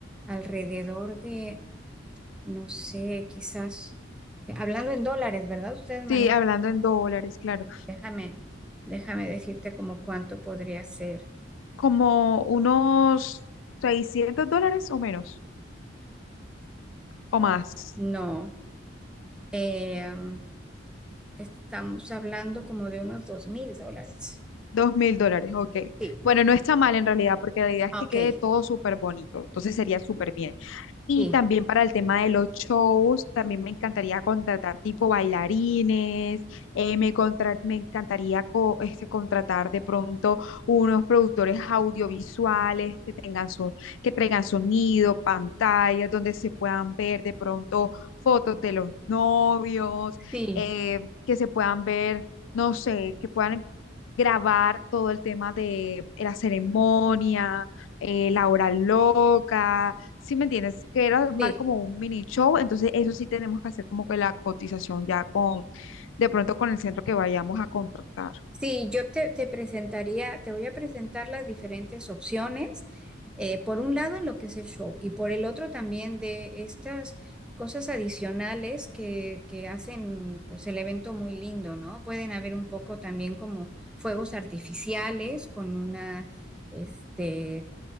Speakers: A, in the centre; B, on the left.
A: alrededor de No sé, quizás. eh, Hablando en dólares, ¿verdad? Ustedes manejan.
B: Sí, hablando en dólares, claro.
A: Déjame, déjame decirte como cuánto podría ser.
B: Como unos seiscientos dólares o menos, o más.
A: No, em, estamos hablando como de unos dos mil dólares.
B: Dos mil dólares, ok.
A: Sí.
B: Bueno, no está mal en realidad, porque la idea es
A: Ah,
B: que
A: Ok,
B: quede todo súper bonito. Entonces sería súper bien. Y
A: sí,
B: también para el tema de los shows, también me encantaría contratar tipo bailarines, eh, me, contra- me encantaría co- este, contratar de pronto unos productores audiovisuales que tengan su que traigan sonido, pantallas donde se puedan ver de pronto fotos de los novios,
A: sí,
B: eh, que se puedan ver, no sé, que puedan grabar todo el tema de la ceremonia, eh, la hora loca si me entiendes, que era armar
A: sí.
B: como un mini show, entonces eso sí tenemos que hacer como que la cotización ya con, de pronto con el centro que vayamos a contratar.
A: Sí, yo te, te presentaría, te voy a presentar las diferentes opciones. eh, por un lado, en lo que es el show, y por el otro también de estas cosas adicionales que, que hacen pues el evento muy lindo, ¿no? Pueden haber un poco también como fuegos artificiales con una, este,